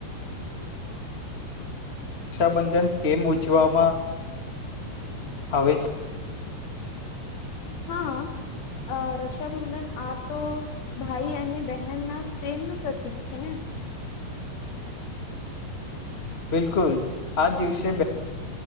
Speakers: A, on the left; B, on the left.
A: રક્ષાબંધન કેમ ઉજવામાં? આવે છે.
B: હા, રક્ષાબંધન આ તો ભાઈ અને બહેન ના પ્રેમ ન પ્રતીક છે ને.
A: બિલકુલ, આજ દિવસે